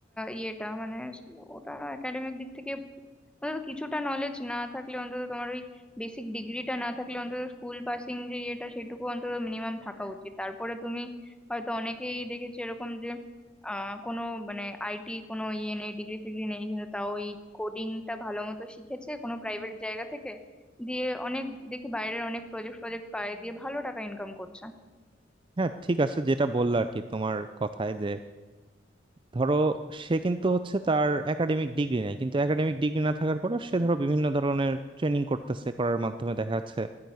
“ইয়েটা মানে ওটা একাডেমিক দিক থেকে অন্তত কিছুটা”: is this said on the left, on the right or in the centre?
Centre